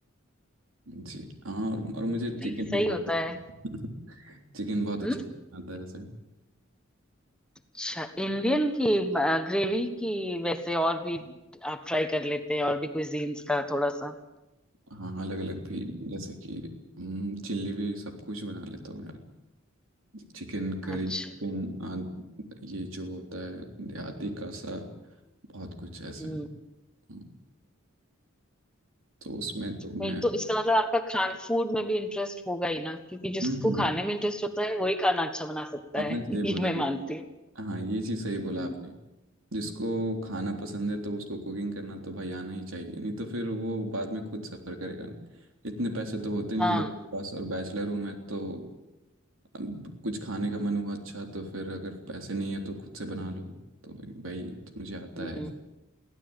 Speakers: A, on the right; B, in the centre.
A: जी हाँ और, और मुझे चिकन
B: नहीं सही
A: बहुत
B: होता
A: <laughs>
B: है
A: चिकन बहुत अच्छा
B: हम्म,
A: आता है ऐसे
B: अच्छा इंडियन की ग्रेवी की वैसे और भी आप ट्राई कर लेते हैं और भी कुजीन्स का थोड़ा सा
A: हाँ अलग अलग भी जैसे कि हम्म, चिल्ली भी सब कुछ बना लेता हूँ यार चिकन करी
B: अच्छा
A: चिकन आद ये जो होता है देहाती का सा बहुत कुछ ऐसे
B: हम्म।
A: हम्म, तो उसमें तो मैं
B: नहीं तो इसका मतलब आपका खान फूड में भी इंटरेस्ट होगा ही ना क्योंकि जिसको
A: हम्म हम्म,
B: खाने में इंटरेस्ट होता है वही खाना अच्छा बना सकता
A: आपने
B: है
A: सही
B: <laughs>
A: बोला
B: ये मैं
A: ये
B: मानती
A: हाँ ये चीज़ सही बोला
B: हूँ
A: आपने जिसको खाना पसंद है तो उसको कुकिंग करना तो भाई आना ही चाहिए नहीं तो फिर वो बाद में खुद सफ़र करेगा इतने पैसे तो होते नहीं
B: हाँ
A: लोग के पास और बैचलर हूँ मैं तो अब कुछ खाने
B: हम्म,
A: का मन हुआ अच्छा तो फिर अगर पैसे नहीं है तो खुद से बना लो तो भाई तो मुझे आता
B: हम्म,
A: है